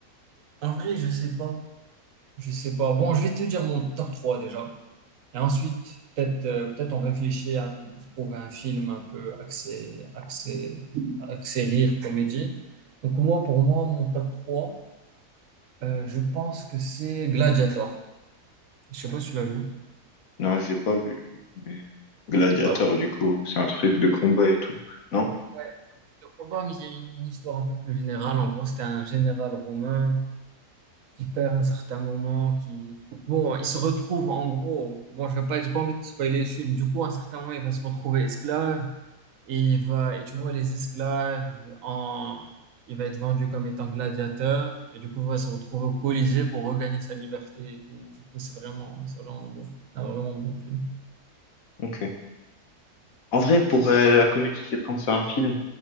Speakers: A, on the right (about 60°); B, on the left (about 60°).
A: en vrai, je sais pas. Je sais pas. Bon, je vais te dire mon top 3 déjà. Et ensuite, peut-être euh, peut-être on réfléchit un peu pour trouver un film un peu axé, axé, axé rire, comédie. Donc, moi, pour moi, mon top 3. Euh, je pense que c'est Gladiator. Je sais pas si tu l'as vu.
B: Non, j'ai pas vu. Mais Gladiator,
A: Ah bon.
B: du coup, c'est un truc de combat et tout. Non?
A: Ouais, le combat, mais il y a une histoire un peu plus générale. En gros, c'était un général romain qui perd un certain moment, qui... Bon, il se retrouve, en gros... Bon, je vais pas, j'ai pas envie de spoiler le film. Du coup, à un certain moment, il va se retrouver esclave. Et il va... Et tu vois, les esclaves, en... il va être vendu comme étant gladiateur. Et du coup, il va se retrouver au Colisée pour regagner sa liberté et tout. Du coup, c'est vraiment... C'est vraiment bon. un bon- un vraiment bon film.
B: Ok. En vrai, pour euh, la comédie, je pense à un film.